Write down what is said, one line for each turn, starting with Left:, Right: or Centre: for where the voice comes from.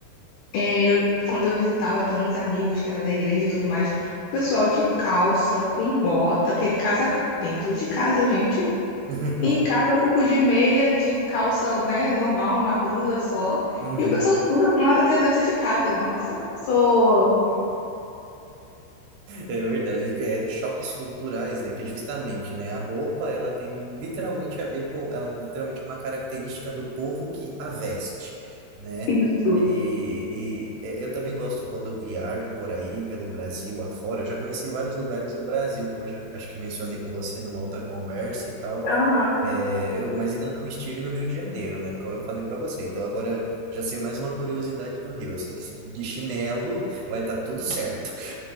Left: É, eu- quando eu visitava até uns amigos que era da igreja e tudo mais, o pessoal de calça, com bota, aquele casacão dentro de casa, gente.
Right: <laughs>
Left: Em casa eu fico de meia, de calça, né, normal, uma blusa só.
Right: Uhum.
Left: E o pessoal tudo arrumado até dentro de casa, nossa. Sou
Right: É verdade, é choques culturais, né? Que é justamente, né? A roupa, ela tem literalmente a ver com, ela literalmente é uma característica do povo que a veste, né?
Left: isso.
Right: E, e é, eu também gosto quando eu viajo por aí, pelo Brasil afora. Eu já conheci vários lugares do Brasil, como eu já acho que mencionei com você numa outra conversa e tal.
Left: Aham,
Right: É, eu, mas ainda não estive no Rio de Janeiro, né? Como eu falei para você. Então agora já sei mais uma curiosidade do Rio. Eu sei que se eu ir de chinelo vai estar tudo certo.